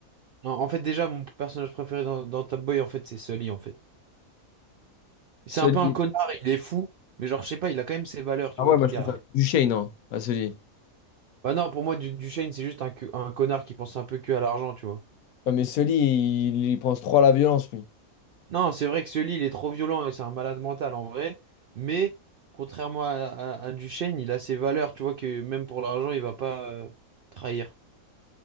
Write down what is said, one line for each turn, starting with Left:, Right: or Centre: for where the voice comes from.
Right: Non, en fait déjà mon personnage préféré dans, dans Top Boy en fait c'est Sully en fait. C'est
Left: Sully.
Right: un peu un connard, il est fou, mais genre je sais pas, il a quand même ses valeurs, tu
Left: Ah
Right: vois,
Left: ouais,
Right: qu'il
Left: moi, je
Right: garde.
Left: préfère Duchesne, non, à Sully.
Right: Bah non, pour moi, Du- Duchesne, c'est juste un, que- un connard qui pense un peu que à l'argent, tu vois.
Left: Non, mais Sully, il, il pense trop à la violence, lui.
Right: Non, c'est vrai que ce lit, il est trop violent et c'est un malade mental en vrai. Mais contrairement à, à, à Duchesne, il a ses valeurs, tu vois, que même pour l'argent, il va pas euh, trahir.